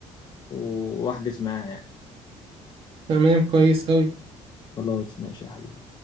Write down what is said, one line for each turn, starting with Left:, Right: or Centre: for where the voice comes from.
Left: و- واحجز معاها يعني
Right: تمام كويس اوي
Left: خلاص ماشي يا حبيبي